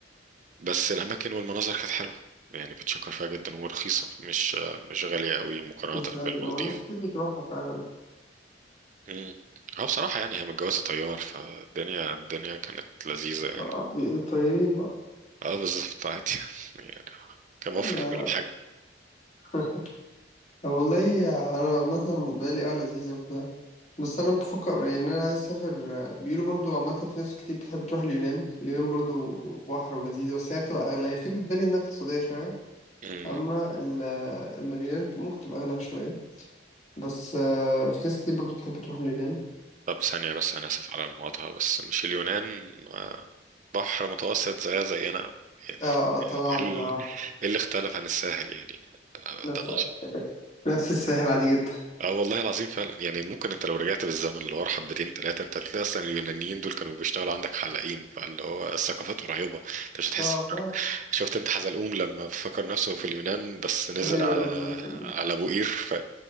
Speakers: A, on the right; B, on the left.
A: بس الأماكن والمناظر كانت حلوة يعني بتشكر فيها جدا ورخيصة مش مش غالية قوي مقارنة
B: مش غالي
A: بالمالديف
B: اه ناس كتير بتروحها فعلا
A: مم. اه بصراحة يعني هي متجوزة طيار فالدنيا الدنيا كانت لذيذة يعني
B: بقى بي- طايرين بقى
A: اه بالظبط عادي <laughs> يعني كان موفر
B: انا
A: في كل
B: <laughs> والله انا مثلا بالي اه لذيذه وكده بس انا بفكر يعني إن انا عايز اسافر بيقولوا برضو عامه في ناس كتير بتحب تروح اليونان اليونان برضو بحر ولذيذه بس هي تبقى اغلى هي فكره بالي انها اقتصاديه شويه
A: حاجة
B: اما ال- اما اليونان ممكن تبقى اغلى شويه بس آه، في ناس كتير برضو بتحب تروح اليونان
A: طب ثانية بس أنا آسف على المقاطعة بس مش اليونان آه، بحر متوسط زيها زينا يعني
B: اه آه، طبعا
A: ال- إيه
B: طبعا
A: اللي اختلف عن الساحل يعني آه،
B: نفس
A: ده الأصل
B: نفس الساحل عادي جدا
A: اه والله العظيم فعلا يعني ممكن انت لو رجعت بالزمن اللي ورا حبتين ثلاثة انت هتلاقي اصلا اليونانيين دول كانوا بيشتغلوا عندك حلاقين فاللي هو الثقافات قريبة انت مش هتحس
B: اه
A: بفرق
B: فعلا
A: شفت انت حزلقوم لما فكر نفسه في اليونان بس نزل
B: ايوه
A: على
B: لما كان
A: على ابو قير ف...